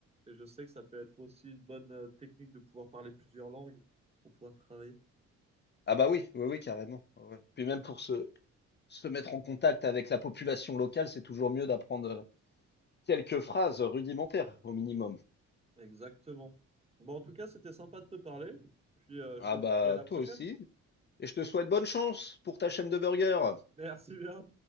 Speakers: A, on the right (about 20°); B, on the left (about 35°).
A: et je sais que ça peut être aussi une bonne euh, technique de pouvoir parler plusieurs langues pour pouvoir travailler.
B: Ah bah oui, oui, oui, carrément. Ouais, ouais. Puis même pour se, se mettre en contact avec la population locale, c'est toujours mieux d'apprendre euh, quelques phrases rudimentaires au minimum.
A: Exactement. Bon, en tout cas, c'était sympa de te parler. Puis euh,
B: Ah
A: je te
B: bah
A: dis à la prochaine.
B: toi aussi. Et je te souhaite bonne chance pour ta chaîne de burgers.
A: Merci bien.